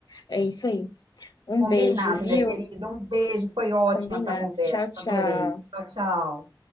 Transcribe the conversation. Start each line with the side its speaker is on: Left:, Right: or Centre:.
Left: É isso aí. Um
Right: Combinado,
Left: beijo, viu?
Right: minha querida. Um beijo, foi ótima
Left: Combinado.
Right: essa conversa,
Left: Tchau, tchau.
Right: adorei. Tchau, tchau.